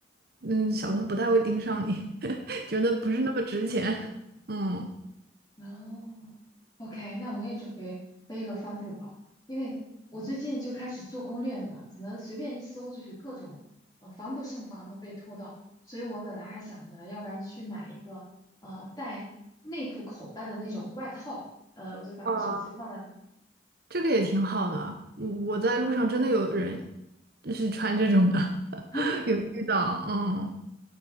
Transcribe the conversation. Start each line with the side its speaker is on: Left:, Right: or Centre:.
Right: 嗯，小偷不太会盯上你，<laughs> 觉得不是那么值钱。
Left: 嗯，
Right: 嗯。
Left: 哦，OK，那我也准备背个帆布包，因为我最近就开始做攻略呢，怎么随便一搜就是各种，呃，防不胜防的被偷盗，所以我本来还想着，要不然去买一个，呃，带内部口袋的那种外套，呃，我就把手机放在里面，
Right: 啊。这个也挺好的。我我在路上真的有人就是穿这种的，
Left: 嗯
Right: <laughs>
Left: <laughs>
Right: 有遇到，嗯